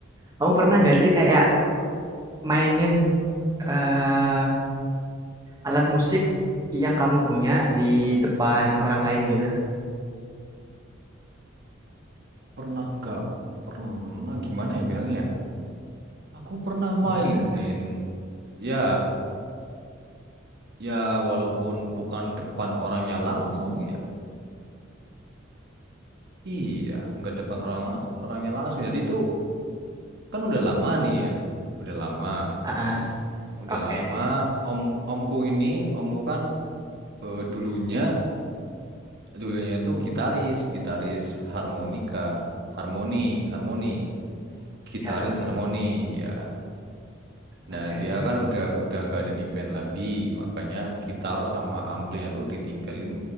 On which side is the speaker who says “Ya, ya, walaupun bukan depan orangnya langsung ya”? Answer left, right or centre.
Right